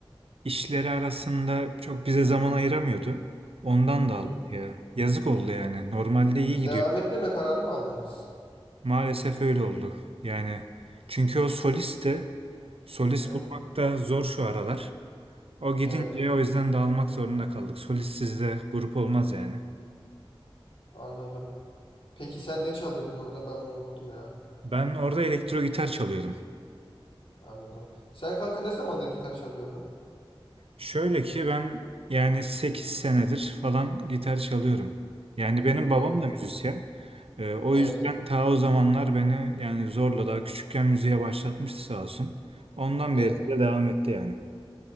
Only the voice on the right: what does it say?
işleri arasında çok bize zaman ayıramıyordu. Ondan da
aldık ya. Yazık oldu yani. Normalde iyi gidiyor.
Maalesef öyle oldu. Yani çünkü o solist de solist
bulmak da zor şu aralar. O gidince
o yüzden dağılmak zorunda kaldık. Solistsiz de grup olmaz yani.
Ben orada elektro gitar çalıyordum.
Şöyle ki ben yani 8 senedir falan gitar çalıyorum. Yani benim
babam da müzisyen. Ee, o
yüzden ta o zamanlar beni yani zorla daha küçükken müziğe başlatmıştı sağ olsun. Ondan
beri de devam etti yani.